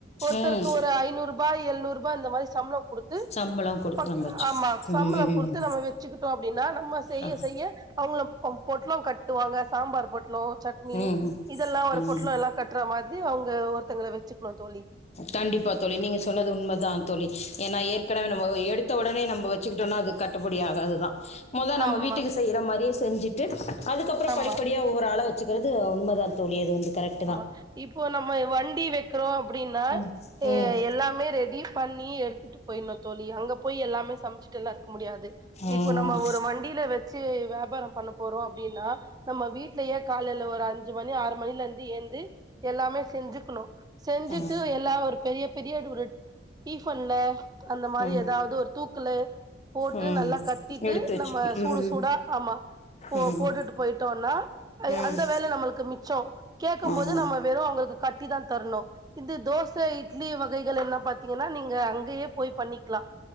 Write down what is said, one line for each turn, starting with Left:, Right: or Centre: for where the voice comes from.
Right: ஒருத்தருக்கு
Left: ம்
Right: ஒரு ஐநூறு ரூபா எழுநூறு ரூபா இந்த மாரி சம்பளம் குடுத்து
Left: சம்பளம் கொடுத்து
Right: பக்
Left: நம்ம வச்சுக்கணும்
Right: ஆமா சம்பளோ
Left: ம்
Right: குடுத்து நம்ம வச்சுக்கிட்டோ அப்டின்னா நம்ம செய்ய
Left: ஆ
Right: செய்ய அவங்கள பொ பொட்லோ கட்டுவாங்க சாம்பார் பொட்லோ சட்னி
Left: ம்
Right: இதெல்லா ஒரு பொட்லோ
Left: ம்
Right: எல்லா கட் ட்ற மாதிரி அவுங்க ஒருத்தங்கள வெச்சுக்கணு தோழி
Left: கண்டிப்பா தோழி நீங்க சொன்னது உண்மதா தோழி எனா ஏற்கனவே நம்ம எடுத்த ஒடனே நம்ம வெச்சுக்கிட்டோனா அது கட்டுப்படியாகதுதா மொத நம்ம
Right: ஆமா
Left: வீட்டுக்கு செய்ற மாரியே செஞ்சிட்டு அதுக்கப்பறம்
Right: ஆமா
Left: படிப்படியா ஒவ்வொரு ஆளா வச்சக்கிறது உண்ம தான் தோழி அது வந்து கரெட்
Right: ஆமா இப்போ நம்ம வண்டி வெக்கிறோ அப்டின்னா
Left: ம்
Right: எ
Left: ம்
Right: எல்லாமே ரெடி பண்ணி எடுத்துட்டு போட்னு தோழி அங்க போய் எல்லாமே சமச்சுட்டு எல்லா இருக்க முடியாது நிப்போ
Left: ம்
Right: நம்ம ஒரு வண் டில வச்சு வியாபாரோ பண்ண போறோம் அப்டின்னா நம்ம வீட்லயே காலைல ஒரு அஞ்சு மணி ஆறு மணிலேந் து ஏந்து எல்லாமே செஞ்சுக்கணும் செஞ்சுட்டு
Left: ம்
Right: எல்லா ஒரு பெரியப் பெரிய அது ஒரு டீஃபன்ல அந்த மாரி
Left: ம்
Right: ஏதாவது ஒரு தூக்குல போட்டு
Left: ம்
Right: நல்லா கட்டிட்டு
Left: எடுத்து வச்சு
Right: நம்ம
Left: ம்
Right: சூடு சூடா ஆமா போ
Left: ம்
Right: போட்டுட்டு போய்டோனா அய
Left: ம்
Right: அந்த வேல நம்மளுக்கு மிச்சோ கேட்கும்
Left: ம்
Right: போது
Left: ம்
Right: நம்ம வெறும் அவுங்களுக்கு கட்டி தா தர்ணு இது தோச இட்லி வகைகள் எல்லா பாத் திங்கன்னா நீங்க அங்கயே போய் பண்ணிக்லா